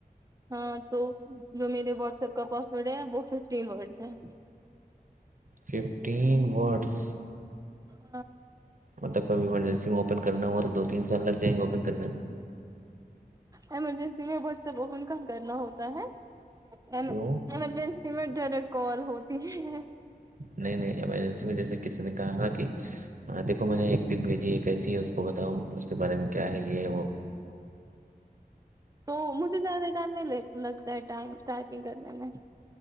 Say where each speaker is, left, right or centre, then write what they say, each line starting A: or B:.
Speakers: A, on the right; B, on the right.
A: ہاں تو جو میرے واٹس ایپ کا پاسورڈ ہے وہ ففٹ ورڈس ہیں
B: ففٹین ورڈس
A: ہاں
B: مطلب کوبھی ایمرجنسی میں اوپن کرنا ہوا تو دو تین سال لگ جائیں گے اوپن کرنے میں
A: ایمرجنسی میں ب س کام کرنا ہوتا ہے ایمرجنسی
B: کیوں
A: میں ڈائریکٹ کال ہوتی ہے
B: نہیں نہیں ایمرجنسی میں جیسے کسی نے کہا کہ د اس کو میں نے ایک پک بھیجی ہے کیسی ہے اس کو بتاؤ اس کے بارے میں کیا ہے یہ ہے وہ
A: تو مجھے زیادہ ٹائم نہیں لگتا ہے ٹائم ٹرائپنگ کرنے میں